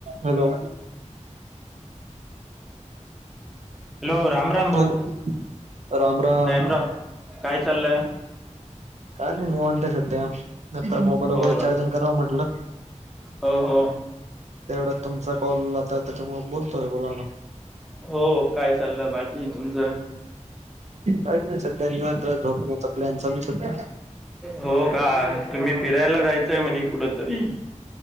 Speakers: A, on the right; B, in the centre.
A: Hello
B: hello Ram. Ram भाऊ
A: hello Ram Ram
B: रामराम काय चाललंय?
A: काय नाही निवांत आहे सध्या. आता मोबाईल
B: हो
A: वगैरे
B: का
A: चार्जिंग करावं म्हंटलं.
B: हो हो
A: तेवढ्या तुमचा कॉल आलता म बोलतोय बोला ना.
B: हो काय चाललं बाकी तुमचं?
A: काहीच नाही सध्या निवांतराव झोपण्याचा प्लॅन चालू संध्या
B: हो का तुम्ही फिरायला जायचंय म्हणे कुठ तरी